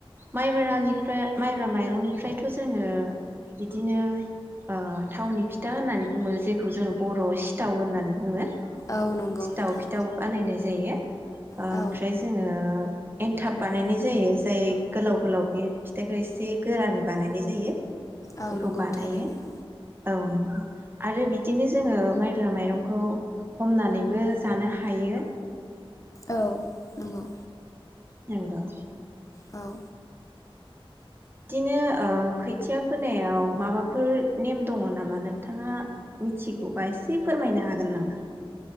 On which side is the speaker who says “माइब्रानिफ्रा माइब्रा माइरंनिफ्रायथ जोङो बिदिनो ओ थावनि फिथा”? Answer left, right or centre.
Right